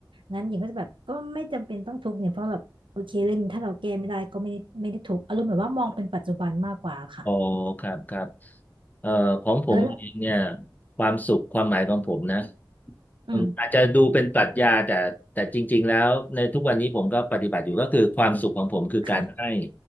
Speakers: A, on the right; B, on the left.
A: งั้นหญิงก็จะแบบก็ไม่จำเป็นต้องทุกข์เนี่ยเพราะแบบโอเคเรื่องนี้ถ้าเราแก้ไม่ได้ก็ไม่ได้ไม่ได้ทุกข์อารมณ์แบบว่ามองเป็นปัจจุบันมากกว่าค่ะ
B: โอ้ครับครับเอ่อของผมเองเนี่ย
A: แล้วละ
B: ความสุขความหมายของผมนะ
A: อืม
B: อืมอาจจะดูเป็นปรัชญาแต่แต่จริงๆแล้ว ในทุกวันนี้ผมก็ปฏิบัติอยู่ก็คือความสุขของผมคือการให้
A: ค่ะ